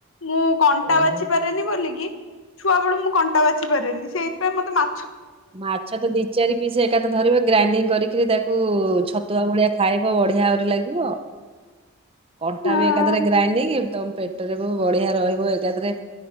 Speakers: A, on the left (about 65°); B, on the right (about 25°).
A: ମୁଁ କଣ୍ଟା
B: ଓହୋ
A: ବାଛି ପାରେନି ବୋଲିକି ଛୁଆବେଳୁ ମୁଁ କଣ୍ଟା ବାଛି ପାରେନି ସେଇଥିପାଇଁ ମତେ ମା
B: ମାଛ ତ ଦି ଚାରି ପିସ୍ ଏକାଥରେ ଧରିବ ଗ୍ରାଇଣ୍ଡିଙ୍ଗ୍ କରି ଟିକେ ଦେଖ୍ କୁ ଛତୁଆ ଭଳିଆ ଖାଇବ ବଢ଼ିଆ ଆହୁରି ଲାଗିବ କଣ୍ଟା
A: ହଁ।
B: ବି ଏକାଥରେ ଗ୍ରାଇଣ୍ଡିଙ୍ଗି ତମ ପେଟରେ ବି ବଢିଆ ରହିବ ଏକାଥରେ